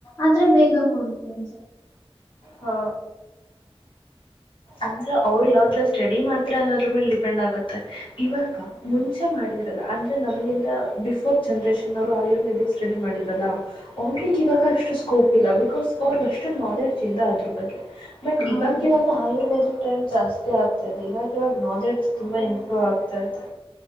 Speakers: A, on the left; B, on the left.
A: ಆದ್ರೆ ಬೇಗ ಕೊಡ್ತರ
B: ಹಾ ಅಂದ್ರ ಅವ್್ರ ಯಾವ್ಥರ ಸ್ಟಡಿ ಮಾಡ್ತಾರ ಅನ್ನೋದ್ರ ಮೇಲೆ ಡಿಪೆಂಡ್ ಆಗತ್ತೆ ಇವಾಗ ಮುಂಚೆ ಮಾಡಿದ ಲ್ಲ ಅಂದರೆ ನಮಗಿಂತ ಬಿಫೋರ್ ಜನ್ರೇಷನ್ ಅವರು ಆಯುರ್ವೇದಿಕ್ ಸ್ಟಡಿ ಮಾಡಿದ್ರಲ್ಲ ಅವ್ರಗ್ ಇವಾಗ ಅಷ್ಟು ಸ್ಕೋಪ್ ಇಲ್ಲ ಬಿಕಾಸ್ ಅವ್ರಗ ಅಷ್ಟು ನಾಲೆಡ್ಜ್ ಇಲ್ಲ ಅದ್ರ ಬಗ್ಗೆ ಬಟ್
A: ಹೌದು
B: ಇವಾಗವಾಗ ಆಯುರ್ವೇದಿಕ್ ಟ್ರೆಂಡ್ ಜಾಸ್ತಿ ಮುಖ ಆಗ್ತಾ ಇದೆ ಇವಾಗ ಇವಾಗ ನಾಲೆಡ್ಜ್ ತುಂಬಾ ಇಂಪ್ರೂವ್ ಆಗ್ತಾ ಇದೆ